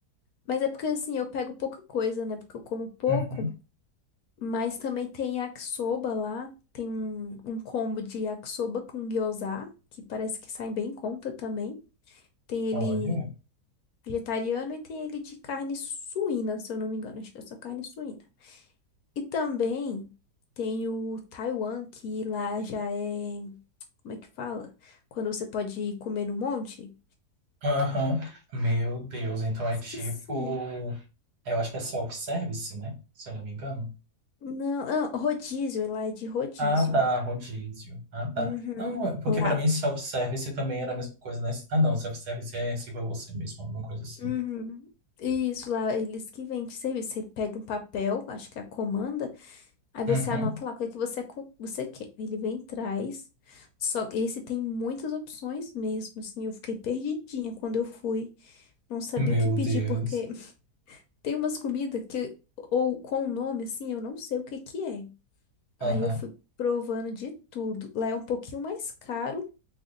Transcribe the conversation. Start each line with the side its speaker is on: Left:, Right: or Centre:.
Left: Mas é porque assim, eu pego pouca coisa, né? Porque eu como pouco.
Right: Uhum.
Left: Mas também tem yakisoba lá. Tem um, um combo de yakisoba com gyoza, que parece que sai bem em conta também. Tem ele
Right: Olha.
Left: vegetariano e tem ele de carne suína, se eu não me engano. Acho que é só carne suína. E também tem o Taiwan, que lá já é. Como é que fala? Quando você pode ir comer no monte?
Right: Aham. Meu Deus, então é
Left: Esqueci.
Right: tipo. é, Eu acho que é self-service, né? Se eu não me engano.
Left: Não, ah, rodízio, lá é de rodízio.
Right: Ah, tá, rodízio. Ah, tá.
Left: Uhum.
Right: Não, é- porque
Left: Lá
Right: pra mim self-service também era a mesma coisa, né? Ah, não, self-service é sirva você mesmo, alguma coisa assim.
Left: Uhum. Isso lá, eles que vendem serviço. Você pega um papel, acho que é a comanda, aí você
Right: Uhum.
Left: anota lá o que é que você, co- você quer. Aí Ele vem e traz. Só que esse tem muitas opções mesmo, assim. Eu fiquei perdidinha quando eu fui. Não sabia
Right: Meu
Left: o que pedir,
Right: Deus.
Left: porque <laughs> tem umas comidas que, ou com o nome, assim, eu não sei o que que é. Aí
Right: Aham.
Left: eu fui provando de tudo. Lá é um pouquinho mais caro.